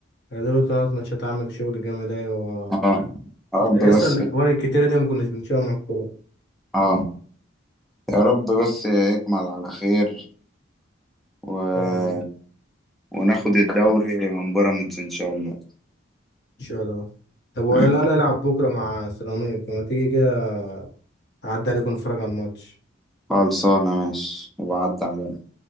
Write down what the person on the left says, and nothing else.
يعني دول ثلاث ماتشات عملوا شغل جامد أيوة
ده
يسطا
الأجوان الكتيرة دي ما كناش بنشوفها مع الكورة
إن شاء الله
إن شاء الله طب ولا
لا ألعب بكرة مع سيراميكا ما تيجي كده أعدي عليكم نتفرج على الماتش